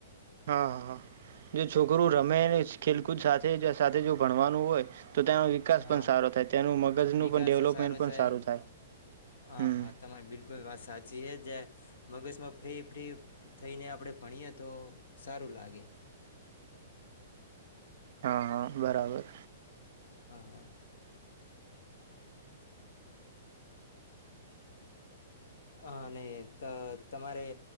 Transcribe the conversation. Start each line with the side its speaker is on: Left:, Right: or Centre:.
Right: હા. હા. જો છોકરું રમે ખેલકૂદ સાથે સાથે જો ભણવાનું હોય તો તેનો વિકાસ
Left: હા.
Right: પણ સારો થાય તેનું મગજનું
Left: વિકાસ
Right: પણ ડેવલપમેન્ટ
Left: સારો
Right: પણ
Left: સાઈ,
Right: સારું થાય
Left: હા
Right: હમ
Left: હા તમારી બિલકુલ વાત સાચી છે જ મગજમાં ફ્રી ફ્રી થઈને આપડે ભણીએ તો સારું લાગે.
Right: હા. હા. બરાબર.
Left: હા <inaudible> હ અને ત તો તમારે